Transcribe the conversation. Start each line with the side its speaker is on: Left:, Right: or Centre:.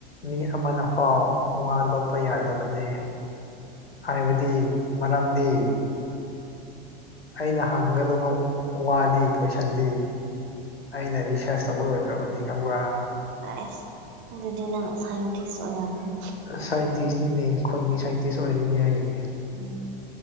Left: ꯃꯤ ꯑꯃꯅꯐꯥꯎ ꯋꯥ ꯂꯣꯠꯄ ꯌꯥꯗꯕꯅꯦ ꯍꯥꯏꯕꯗꯤ ꯃꯔꯝꯗꯤ ꯑꯩꯅ ꯍꯪꯒꯗꯕ ꯋꯥꯗꯤ ꯀꯣꯏꯁꯟꯗꯤ ꯑꯩꯅ ꯔꯤꯁ꯭ꯔꯁ ꯇꯧꯕ ꯂꯣꯏꯈ꯭ꯔꯕꯅꯤ ꯈꯪꯕ꯭ꯔꯥ
Right: ꯑꯁ ꯑꯗꯨꯗꯤ ꯅꯪ ꯁꯥꯏꯟꯇꯤꯁ ꯑꯣꯏꯔꯝꯅꯤ
Left: ꯁꯥꯏꯟꯇꯤꯁꯅꯤꯅꯦ ꯈꯨꯟꯒꯤ ꯁꯥꯏꯟꯇꯤꯁ ꯑꯣꯏꯔꯤꯅꯤ ꯑꯩ
Right: ꯎꯝ